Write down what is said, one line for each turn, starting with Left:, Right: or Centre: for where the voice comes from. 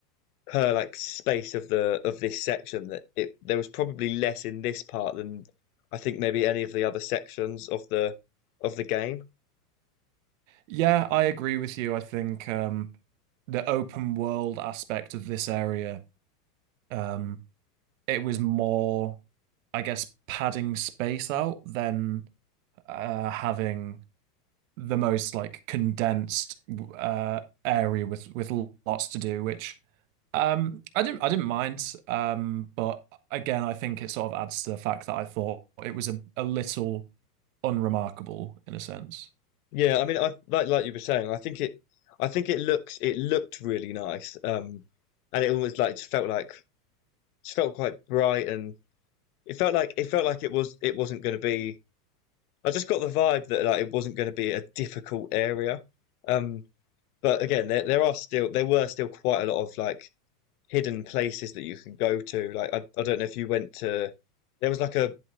Left: per like space of the of this section, that it there was probably less in this part than I think maybe any of the other sections of the of the game.
Right: Yeah, I agree with you. I think um, the open world aspect of this area, um, it was more, I guess, padding space out than uh, having the most like condensed uh, area with with lots to do, which Um, I didn't I didn't mind. Um, but again, I think it sort of adds to the fact that I thought it was a, a little unremarkable in a sense.
Left: Yeah, I mean, I like like you were saying. I think it, I think it looks it looked really nice, um, and it almost like just felt like just felt quite bright, and it felt like it felt like it was it wasn't going to be. I just got the vibe that like it wasn't going to be a difficult area. Um, but again, there there are still there were still quite a lot of like hidden places that you can go to. Like I, I don't know if you went to there was like a